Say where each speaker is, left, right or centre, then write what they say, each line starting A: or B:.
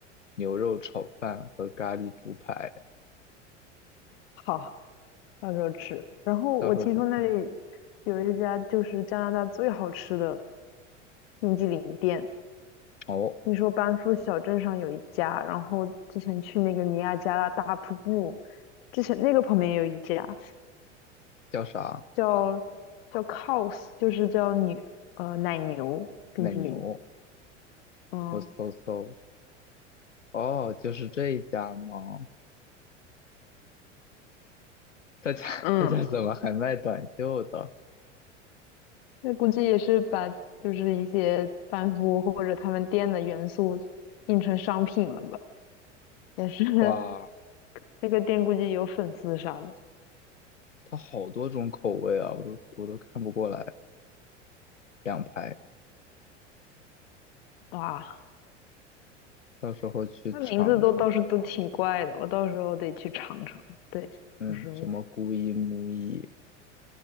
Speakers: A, on the left (about 75°); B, on the left (about 50°).
A: 牛肉炒饭和咖喱猪排，
B: 好。到时候吃。然后我听说那里
A: 到时候再看。
B: 有一家就是加拿大最好吃的冰激凌店，
A: 哦，
B: 听说班夫小镇上有一家，然后之前去那个尼亚加拉大瀑布，之前那个旁边也有一家
A: 叫啥？
B: 叫叫 Cows，就是叫女呃奶牛冰激凌。
A: 奶牛？
B: 嗯
A: 我搜搜。哦，就是这一家吗？他家 <laughs>
B: 嗯，
A: 他家怎么还卖短袖的？
B: 那估计也是把就是一些班夫或者他们店的元素印成商品了吧，也是 <laughs>
A: 哇，
B: 那个店估计有粉丝啥的。
A: 它好多种口味啊，我都我都看不过来。两排，
B: 哇，
A: 到时候去尝尝。
B: 那名字都倒是都挺怪的，我到时候得去尝尝。对，
A: 嗯，
B: 有时候
A: 什么姑姨、母姨，